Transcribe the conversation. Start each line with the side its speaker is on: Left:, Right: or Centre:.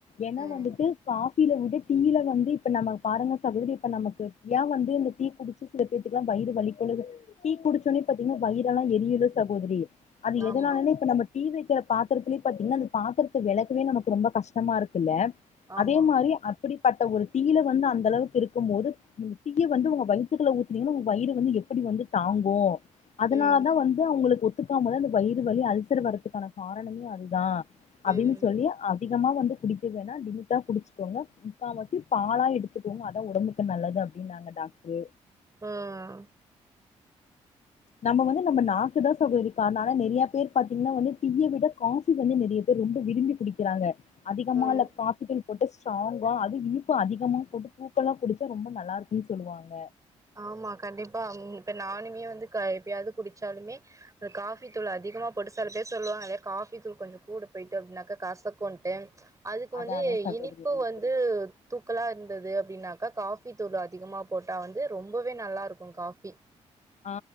Left: ஏன்னா
Right: ம்
Left: வந்துட்டு காபில வந்து டீயில வந்து இப்ப நம்ம பாருங்க சகோதரி இப்ப நமக்கு ஏன் வந்து இந்த டீ குடிச்சு சில பேத்துக்கெல்லா வயிறு வலிக்கு டீ குடிச்சோடனே பாத்தீங்கனா வயிறு எல்லா எரியுல சகோதரி அது
Right: ஆமா
Left: எதனால இப்ப நம்ம தீ வைக்கிற பாத்திரத்துலேயே பாத்தீங்கன்னா அந்த பாத்திரத்த விளக்கவே நமக்கு ரொம்ப கஷ்டமா இருக்குல்ல
Right: ஆமா
Left: அதே மாரி அப்படிப்பட்ட ஒரு டி யில வந்து அந்த அளவுக்கு இருக்கும்போது டிய வந்து உங்க வயி த்துக்குள்ள உங்க வயிறு வந்து எப்டி வந்து தாங்கு அதனால
Right: ம்
Left: தா வந்து அவங்களுக்கு ஒ த்துக்காம தா அந்த வயிறு வலி அல்சர் வர்றதுக்கான காரணமே அதுதா
Right: ம்
Left: அப்டின்னு சொல்லி அதிகமா வந்து குடிக்க வேணா லிமிட்டா குடிச்சுக்கோங்க முக்கா வாசி பாலா எடுத்துக்கோங்க அதா உடம்புக்கு நல்லது அப்படின்னாங்க டாக்டரு
Right: ம்
Left: நம்ம வந்து நம்ம நாக்குதா சகோதரி காரண நெறையா பேர் பாத்தீங்கன்னா வந்து டீய விட காஃப் பி வந்து நெறைய பேர் ரொம்ப விரும்பி குடிக்கிறாங்க அதிகமால
Right: ஆமா
Left: காபிதூள் போட்டு ஸ்ட்ராங்கா அது இனிப்பு அதிகமா போட்டு தூக்கலா குடிச்சா ரொம்ப நல்லா இருக்குன்னு சொல்லுவாங்க
Right: ஆமா கண்டிப்பா ம் இப்ப நானுமே வந்து எப்பயாவது குடிச்சாலுமே அ காஃப் பி தூள் அதிகமா போட்டு சில பேர் சொல்லுவாங்க அதே காஃபி தூள் கொஞ்ச கூட போயிட்டு அப்டினாக்கா கசக்குன்ட்டு அதுக்கு
Left: அதா
Right: வந்து
Left: அதா சகோதரி
Right: இனிப்பு
Left: வந்துட்டு
Right: வந்து தூக்கலா இருந்தது அப்படின்னாக்கா காஃபி தூள் அதிகமா போட்டா வந்து ரொம்பவே நல்லாருக்கு காஃபி
Left: ஆ